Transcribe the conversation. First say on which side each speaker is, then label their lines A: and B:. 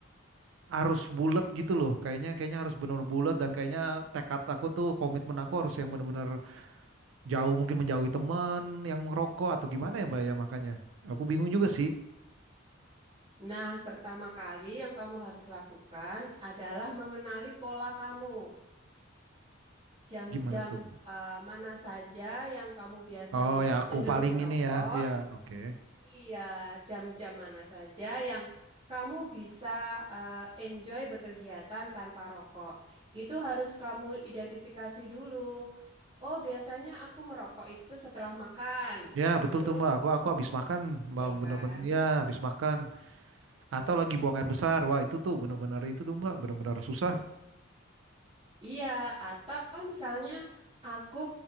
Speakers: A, on the right (about 70°); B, on the right (about 30°).
A: harus bulat gitu loh. Kayaknya kayaknya harus benar bulat dan kayaknya tekad aku tuh komitmen aku harus yang benar-benar jauh mungkin menjauhi teman yang merokok atau gimana ya Mbak ya makanya. Aku bingung juga sih
B: Nah, pertama kali yang kamu harus lakukan adalah mengenali pola kamu. Jam-jam
A: gimana tuh Mbak.
B: eh, mana saja yang kamu biasanya
A: Oh ya aku
B: cenderung
A: paling
B: merokok?
A: ini ya. Iya, oke.
B: Iya, jam-jam mana saja yang kamu bisa eh, enjoy berkegiatan tanpa rokok. Itu harus kamu identifikasi dulu. Oh, biasanya aku merokok itu setelah makan,
A: Ya
B: gitu.
A: betul tuh Mbak. Aku aku habis makan Mbak
B: Ya kan?
A: bener-bener ya habis makan atau lagi buang air besar. Wah, itu tuh bener-bener itu tuh Mbak bener-bener susah.
B: Iya, atau misalnya aku